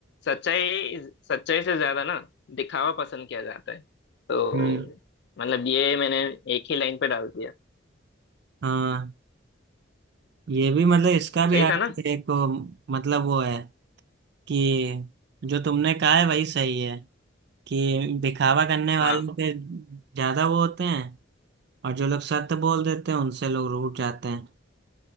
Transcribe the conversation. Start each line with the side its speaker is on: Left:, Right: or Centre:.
Left: सच्चाई सच्चाई से ज्यादा ना दिखावा पसंद किया जाता है तो
Right: हम्म
Left: मतलब ये मैंने एक ही लाइन पे डाल दिया
Right: हाँ ये भी मतलब इसका भी
Left: सही
Right: अर्थ
Left: था ना
Right: एक मतलब वो है कि जो तुमने कहा है वही सही है कि दिखावा करने वाले
Left: हाँ
Right: पे ज्यादा वो होते हैं और जो लोग सत्य बोल देते हैं उनसे लोग रूठ जाते हैं